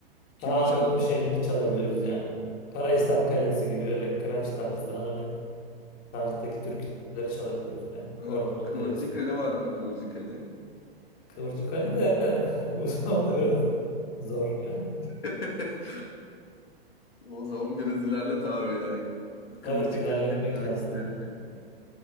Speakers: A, on the left; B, on the left.
A: Kimi
B: Daha
A: çalabiliyorsun?
B: anonim şeyleri çalabiliyoruz yani. Karahisar Kalesi gibi öyle kıraç tarzı, anonim tarzdaki türküleri çalabiliyoruz yani.
A: Ha,
B: Ordunun
A: Kıvırcık
B: Deresi.
A: Ali var mı? Kıvırcık Ali.
B: Kıvırcık Ali de <laughs> uzun o da biraz zor yani.
A: <laughs> O zaman biraz ilerlet abi ya. Kıvırcık
B: Evet ilerletmek
A: Ali dinlemek
B: lazım
A: isterim
B: yani.
A: yani.